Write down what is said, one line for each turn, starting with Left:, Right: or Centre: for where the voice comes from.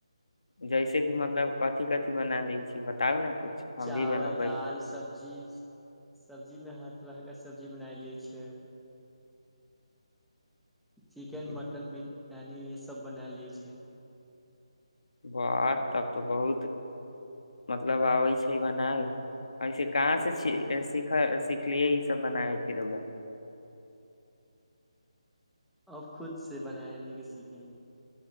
Left: जैसे कि मतलब कथि कथि बना लै छी बताउ ने कुछ हम
Centre: चावल
Left: भी बनबै
Centre: दाल सब्जी सब्जीमे ह तरहके सब्जी बनायलै छियै चिकेन
Left: जी
Centre: मटन बि नानी इहे सब बना ले छै
Left: वाह तब तऽ बहुत मतलब आबै छै बनाय ऐसे कहाँसे सिख सिखलियै ईसभ बनायके रौआ
Centre: अब खुद से बनाय के सीखे हैं